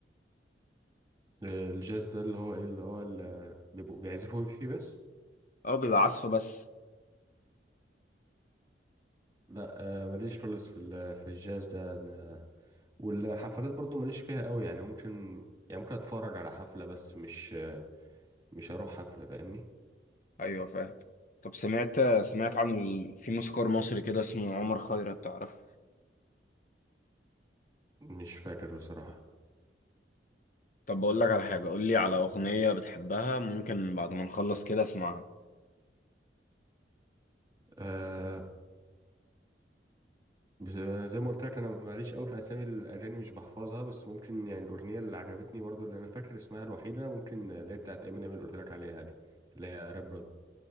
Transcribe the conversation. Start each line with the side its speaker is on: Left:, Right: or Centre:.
Right: آه، الجاز ده اللي هو ايه اللي هو اللي بيبقوا بيعزفوا فيه بس
Left: او بيبقى عزف بس
Right: لا آه، ماليش خالص في ال- في الجاز ده أنا والحفلات برضو ماليش فيها قوي يعني ممكن يعني ممكن اتفرج على حفله بس مش مش هروح حفله فاهمني
Left: ايوه فاهم طب سمعت سمعت عن ال... في موسيقار مصري كده اسمه عمر خيرت تعرفه
Right: مش فاكر بصراحه
Left: طب بقول لك على حاجه قول لي على اغنيه بتحبها ممكن بعد ما نخلص كده اسمعها
Right: أه بس أنا زي ما قلت لك انا ماليش قوي في اسامي الاغاني مش بحفظها بس ممكن يعني الاغنيه اللي عجبتني برضو اللي انا فاكر اسمها الوحيده ممكن اللي هي بتاعت امينيم اللي قلت لك عليها دي اللي هي راب جود